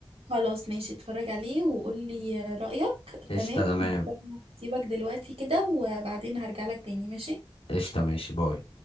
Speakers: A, on the right; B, on the left.
A: خلاص ماشي اتفرج عليه وقولي رأيك
B: قشطه
A: تمام
B: تمام
A: بس أنا هسيبك دلوقتي كده وبعدين هرجع لك تاني ماشي
B: قشطه ماشي باي